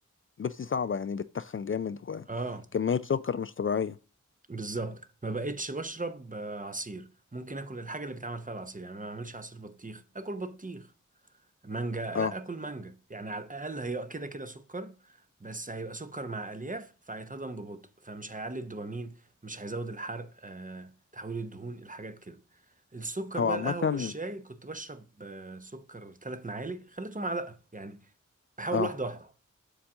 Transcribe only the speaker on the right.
اه
بالظبط ما بقتش بشرب آه، عصير ممكن اكل الحاجه اللي بيتعمل فيها العصير يعني ما اعملش عصير بطيخ اكل بطيخ مانجا
لا اكل مانجا يعني على الاقل هي كده كده سكر بس هيبقى سكر مع الياف فهيتهضم ببطء فمش هيعلي الدوبامين مش هيزود الحرق آه، تحويل الدهون الحاجات كده السكر
بقى
القهوه والشاي كنت بشرب آه، سكر ثلاث معالق خليته معلقه يعني بحاول
واحده واحده